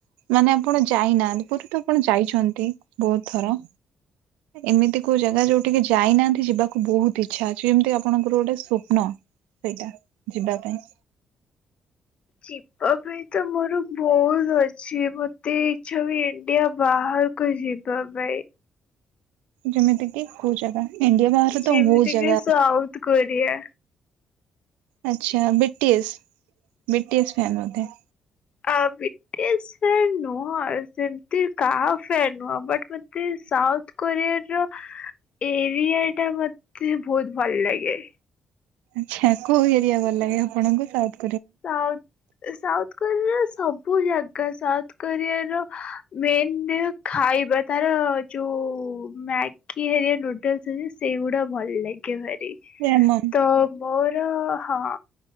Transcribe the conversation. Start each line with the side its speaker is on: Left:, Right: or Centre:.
Right: ମାନେ ଆପଣ ଯାଇନାହାନ୍ତି, ପୁରୀ ତ ଆପଣ ଯାଇଛନ୍ତି ବହୁତ୍ ଥର। ଏମିତି କୋଉ ଜାଗା ଯୋଉଠିକି ଯାଇନାହାନ୍ତି ଯିବାକୁ ବହୁତ୍ ଇଚ୍ଛା ଅଛି <unintelligible> ଆପଣଙ୍କର ଗୋଟାଏ ସ୍ୱପ୍ନ ସେଇଟା ଯିବା ପାଇଁ?
Left: ଯିବା ପାଇଁ ତ ମୋର ବହୁତ୍ ଅଛି, ମତେ ଇଚ୍ଛା ବି ଇଣ୍ଡିଆ ବାହାର କୁ ଯିବା ପାଇଁ।
Right: ଯେମିତି କିି କୋଉ ଜାଗା, ଇଣ୍ଡିଆ ବାହାରେ
Left: ଯେମିତି
Right: ତ ବହୁତ୍ ଜାଗା
Left: କି
Right: ଅଛି।
Left: South Korea.
Right: ଆଚ୍ଛା ବିଟି ଏସ୍-ବିଟି ଏସ୍ ଫ୍ୟନ୍ ବୋଧେ?
Left: ଆ ବିଟି ଏସ୍ ଫ୍ୟାନ୍ ନୁହଁ, ସେମ୍ତି କାହା ଫ୍ୟାନ୍ ନୁହଁ ବଟ୍ ମ ତେ ସାଉଥ କୋରିଆ ର ଏରଆ ଟା ମତେ ବହୁତ୍ ଭଲ୍ ଲାଗେ।
Right: ଆଚ୍ଛା, କୋଉ ଏରଆ ଭଲ୍ ଲାଗେ ଆପଣଙ୍କୁ <unintelligible>
Left: ସାଉଥ୍ ସାଉଥ୍ କୋରିଆ ର ସବୁ ଜାଗା, ସାଉଥ୍ କୋରିଆ ର ମେନ୍ <unintelligible> ଖାଇବା ତାର ଯୋଉ ମ୍ୟାଗି ହେରିଆ ନୁଡଲ୍ସ ଅଛି ସେଇଗୁଡା ଭଲ୍ ଲା ଗେ ଭାରି।
Right: <unintelligible>
Left: ତ ମୋର ହଁ